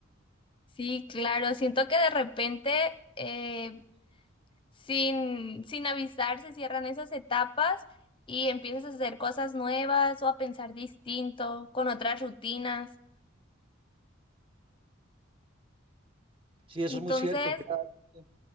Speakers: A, on the left; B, on the right.
A: Sí, claro. Siento que de repente... eh, sin, sin avisar, se cierran esas etapas y empiezas a hacer cosas nuevas o a pensar distinto, con otras rutinas.
B: Sí, eso
A: Entonces,
B: es muy cierto. Mira, eh,